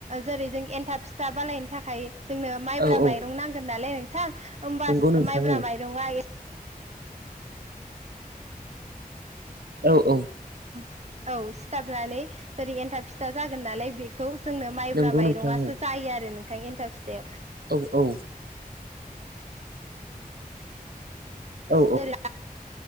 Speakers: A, on the right; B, on the right.
A: जेरै जों एन्थाब फिथा बानायनो थाखाय जोंनो माइब्रा
B: औ औ
A: माइरं नांगोन नालाय नोंथां होमबासो
B: नंगौ नोंथां
A: माइब्रा माइरंआ
B: औ औ
A: <unintelligible> औ सिथाबनानै जेरै एन्थाब फिथा जागोन नालाय बेखौ‌ जोंनो माइब्रा
B: नंगौ
A: माइरंसो
B: नोंथां औ
A: जायो आरो नोंथांनि एन्थाब फिथाइाव
B: औ औ औ
A: जेरै